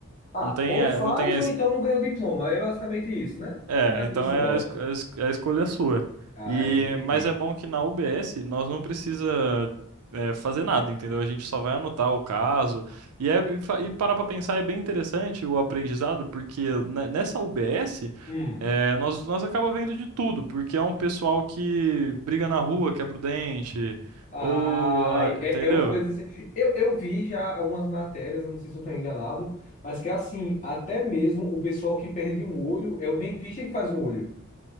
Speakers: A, on the left (about 35°); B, on the right (about 90°).
A: Ah,
B: Não tem,
A: ou
B: é,
A: faz
B: não tem a,
A: ou
B: es-
A: então não ganha o diploma. É basicamente isso, né?
B: é,
A: A grosso
B: então é
A: modo.
B: a, es- a es- a escolha é sua.
A: Ah,
B: E,
A: entendi.
B: mas é bom que na UBS nós não precisa é, fazer nada, entendeu? A gente só vai anotar o caso. E, é, e, fa- e parar pra pensar é bem interessante o aprendizado, porque ne- nessa UBS
A: Hum.
B: é, nós, nós acaba vendo de tudo, porque é um pessoal que briga na rua, quebra o dente,
A: Ah,
B: ou, ah,
A: é,
B: entendeu?
A: é uma coisa assim. Eu, eu vi já algumas matérias, não sei se eu estou enganado, mas que é assim, até mesmo o pessoal que perde um olho é o dentista que faz o olho.